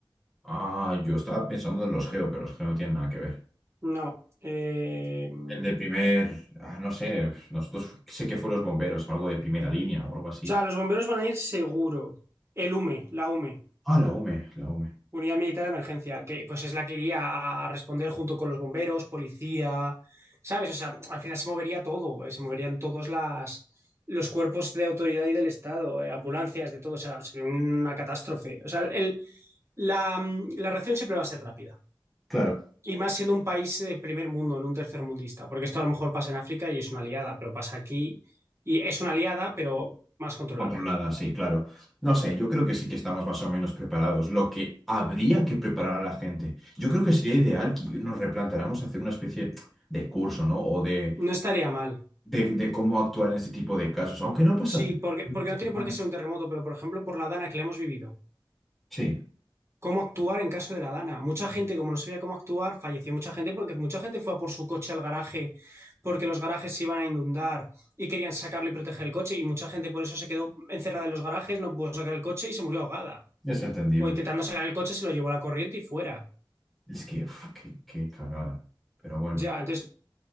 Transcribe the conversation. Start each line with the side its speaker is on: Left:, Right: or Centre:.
Centre: Ah, yo estaba pensando en los geo, pero los geo no tienen nada que ver.
Right: No. eh, o
Centre: El de primer, ah, no sé, nosotros sé que fue los bomberos, algo de primera línea o algo así.
Right: sea, los bomberos van a ir seguro. El UME, la UME,
Centre: Ah, la UME, la UME.
Right: Unidad Militar de Emergencia, que pues es la que iría a responder junto con los bomberos, policía, ¿sabes? O sea, al final se movería todo, eh, se moverían todos las, los cuerpos de autoridad y del Estado, eh, ambulancias, de todo. O sea, sería una catástrofe. O sea, el, la, la reacción siempre va a ser rápida.
Centre: Claro.
Right: Y más siendo un país de primer mundo, en un tercer mundista, porque esto a lo mejor pasa en África y es una aliada, pero pasa aquí y es una aliada, pero más controlada.
Centre: Controlada, sí, claro. No sé, yo creo que sí que estamos más o menos preparados. Lo que habría que preparar a la gente. Yo creo que sería ideal que nos replanteáramos hacer una especie de curso, ¿no? O de,
Right: No estaría mal.
Centre: de, de cómo actuar en este tipo de casos, aunque no pasa
Right: Sí, porque,
Centre: nada.
Right: porque no tiene por qué ser un terremoto, pero por ejemplo, por la Dana que le hemos vivido.
Centre: Sí,
Right: ¿Cómo actuar en caso de la Dana? Mucha gente, como no sabía cómo actuar, falleció mucha gente porque mucha gente fue a por su coche al garaje porque los garajes se iban a inundar y querían sacarlo y proteger el coche y mucha gente por eso se quedó encerrada en los garajes, no pudo sacar el coche y se murió ahogada.
Centre: es entendible.
Right: O intentando sacar el coche se lo llevó la corriente y fuera.
Centre: Es que, uf, qué, qué cagada. Pero bueno.
Right: Ya, entonces